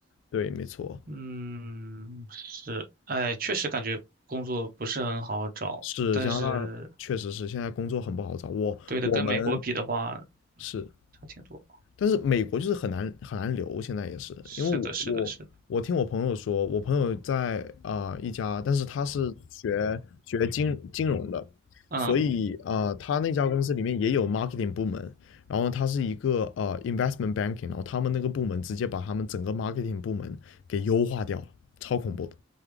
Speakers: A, on the left (about 75°); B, on the right (about 45°).
A: 对，没错，
B: 嗯，是，哎，确实感觉工作不是很好找，
A: 是加拿大确实是现在工作很不好找。
B: 但是
A: 我我们
B: 对的，跟美国比的话
A: 是
B: 差挺多。
A: 但是美国就是很难很难留，现在也是，
B: 是的，
A: 因为我我我听我朋友说，
B: 是的，是的，
A: 我朋友在啊、呃一家，但是他是学学金金融的，
B: 嗯。
A: 所以啊、呃他那家公司里面也有 marketing 部门，然后他是一个呃 investment banking，然后他们那个部门直接把他们整个 marketing 部门给优化掉了，超恐怖的，